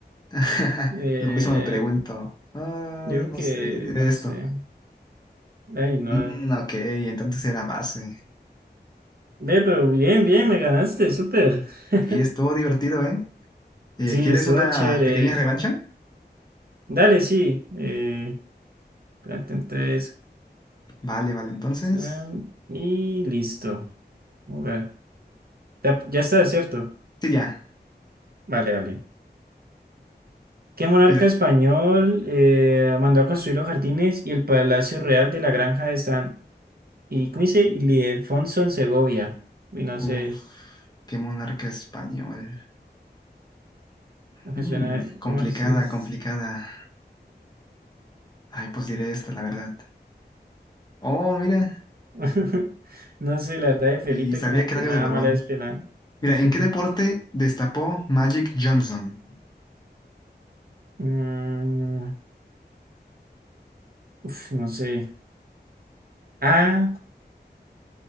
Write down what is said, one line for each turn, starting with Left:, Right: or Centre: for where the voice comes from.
Left: <laughs>
Right: Eh,
Left: Lo mismo me pregunto. Ah,
Right: yo
Left: no
Right: creo que,
Left: sé, diré
Right: no
Left: esto.
Right: sé. Ay, no.
Left: Mm, ok, entonces era base.
Right: Ve, pero bien, bien, me ganaste, súper. <laughs>
Left: Y estuvo divertido, ¿eh? Eh,
Right: Sí,
Left: ¿Quieres
Right: estuvo
Left: una
Right: chévere.
Left: pequeña revancha?
Right: Dale, sí. Eh, Grand Theft tres,
Left: Vale, vale, entonces.
Right: tan, y listo. Jugar. Ya, ya está, ¿cierto?
Left: Sí, ya,
Right: Vale, vale. ¿Qué monarca
Left: mira.
Right: español eh, mandó a construir los jardines y el palacio real de la granja de San Y ¿cómo dice? Ildefonso en Segovia. Uy, no
Left: Uf,
Right: sé,
Left: qué monarca español.
Right: me
Left: Mm,
Right: suena
Left: complicada,
Right: Marxist.
Left: complicada. Ay, pues diré esta, la verdad. Oh, mira,
Right: <laughs> No sé, la verdad de Felipe
Left: y sabía
Right: como
Left: que
Right: que
Left: era algo
Right: me
Left: de
Right: da
Left: Borbón.
Right: mala espina.
Left: Mira,
Right: <laughs>
Left: ¿en qué deporte destapó Magic Johnson?
Right: Mm, uf, no sé. Ah,